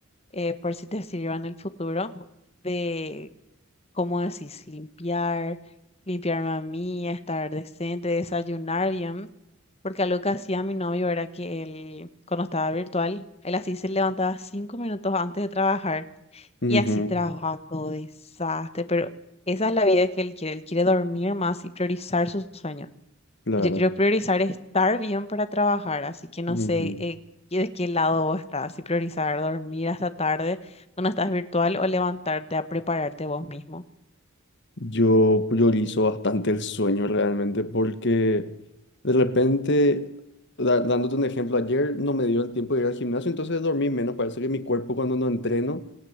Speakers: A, on the left (about 25°); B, on the left (about 50°).
A: eh, por si te sirva en el futuro, de, ¿cómo decís? Limpiar, limpiarme a mí, estar decente, desayunar bien. Porque algo que hacía mi novio era que él, cuando estaba virtual, él así se levantaba cinco minutos antes de trabajar
B: ujú,
A: y así trabaja todo desastre, pero esa es la vida que él quiere. Él quiere dormir más y priorizar sus sueños.
B: claro.
A: Y yo quiero priorizar estar bien para trabajar, así que no
B: ujú.
A: sé eh, qué- de qué lado vos estás, si priorizar dormir hasta tarde cuando estás virtual o levantarte a prepararte vos mismo.
B: Yo priorizo bastante el sueño realmente porque de repente, da- dándote un ejemplo, ayer no me dio el tiempo de ir al gimnasio, entonces dormí menos. Parece que mi cuerpo cuando no entreno...